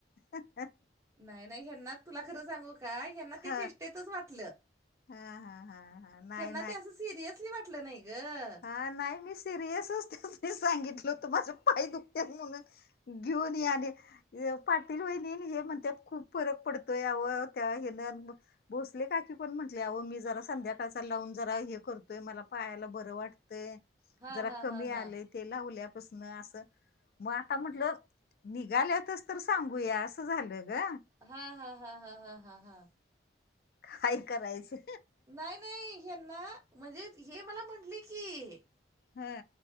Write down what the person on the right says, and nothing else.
नाही नाही, हना तुला खरं सांगू का, ह्यांना हंना ते
असं चेष्टेतच वाटलं,
ह्यंना ते असं सिरीयसली ऽ वाटलं नाही गं.
हा
हा
हा हा
हा हा हा हा हा हा हा.
नाही नाही यांना, म्हणजे हे मला म्हटले की,